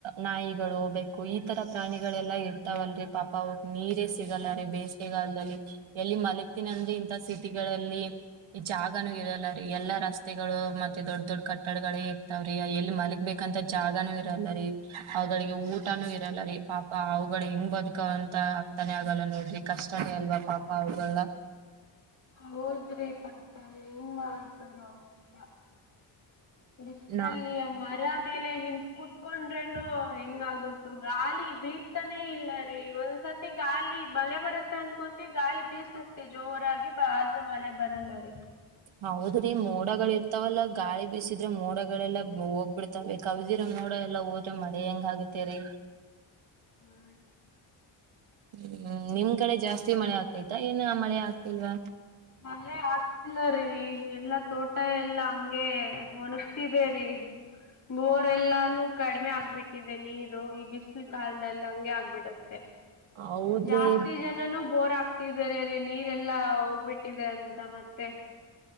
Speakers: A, on the right; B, on the left.
A: ನಾಯಿಗಳು, ಬೆೇಕು ಈತರ ಪ್ರಾಣಿಗಳೆಲ್ಲಾ ಇರ್ತಾವಲ್ರರಿ ಪಾಪ ಹೋಗ ನೀರೇ ಸಿಗಲ್ಲ ರೀ ಬೇಸಿಗೆಗಾಲ್ದಲ್ಲಿ ಎಲ್ಲಿ ಮಲಗ್ತೀನಿ ಅಂದ್ರೆ ಇಂತ ಸಿಟಿಗಳಲ್ಲಿ ಜಾಗನೂ ಇರಲ್ಲ ರೀ ಎಲ್ಲಾ ರಸ್ತೆಗಳು ಮತ್ತೆ ದೊಡ್ಡ ದೊಡ್ಡ ಕಟ್ಟಡಗಳೇ ಇರ್ತವ್ರಿ ಎಲ್ಲಿ ಮಲಗ್ಬೇಕಂತ ಜಾಗನೂ ಇರಲ್ಲರಿ ಅವಗಳಿಗೆ ಊಟನು ಇರಲ್ಲ ರಿ ಪಾಪ ಅವುಗಳ ಹೆಂಗ್ ಬದ್ಕಂತ ಅರ್ಥನೇ ಆಗಲ್ಲ ನೋಡ್ರಿ ಕಷ್ಟನೇ ಅಲ್ವಾ ಪಾಪ ಪಾವಗಳಲ್ಲ
B: ಹೌದ್ರಿ ಪಾಪ ಹೆಂಗ ಮಾಡ್ತಾರ ಅವೆಲ್ಲಾ ತಳಸಿಯಲ್ಲಿ
A: ನಾ
B: ಮರಾ ಮೇಲೆ ನಿನ್ ಕುತ್ಕೊಂಡ್ರೇನು ಹೆಂಗಗುತ್ತತ್ತು ಗಾಲಿ ಬೀಸ್ತಾನೇ ಇಲ್ಲ ರೀ ಒಂದ್ಸರ್ತಿ ಗಾಲಿ ಮಳೆ ಬರುತ್ತ ಅನ್ಕೊಂತ ಗಾಲಿ ಬೀಸುತ್ತತಿ ಜೋರಾಗಿ ಬ ಮಳೆ ಬರಲ್ಲ ಅವ್ರೀ
A: ಹೌದ್ರಿ ಮೋಡಗಳ ಇರ್ತಾವಲ್ಲಾ ಗಾಳಿ ಬಿಸಿದ್ರೆ ಮೋಡಗಳೆಲ್ಲ ಹೋಗ್ಬಿಡ್ತಾವೆ ಕವಿದಿರ ಮೋಡ ಎಲ್ಲಾ ಹೋದ್ರೆ ಮಳೆ ಹೆಂಗ ಆಗತ್ತೇ ರೀ
B: ಹ್ಮ್
A: ಹ್ಮ್ ನಿಮ್ ಕಡೆ ಜಾಸ್ತಿ ಮಳೆ ಆಗ್ತೈತಾ ಏನ್ ಮಳೆ ಆಗ್ತಿಲ್ವಾ
B: <unintelligible> ಇಲ್ಲ ರೀ ಎಲ್ಲಾ ತೋಟ ಎ ಎಲ್ಲ ಹಂಗೆ ಒಣಗ್ತಿದೆ ರೀ ಬೋರೆ ಎಲ್ಲಾನು ಕಡಿಮೆ ಆಗ್ಬಿಟ್ಟಿದೆ ನೀರು ಈ ಬಿಸಿಲು ಕಾಲದಲ್ಲಿ ಹಂಗೆ ಆಗ್ಬಿಡತ್ತೆ ತ್ತ
A: ಹೌದ್ರಿ
B: ಜಾಸ್ತಿ ಜನನು ಬೋರ್ ಆಗ್ತ ರ ರೀ ನೀರೆಲ್ಲಾ ಹೋಗ್ಬಿಟ್ಟಿದೆ ಅಂತ ಮತ್ತೆ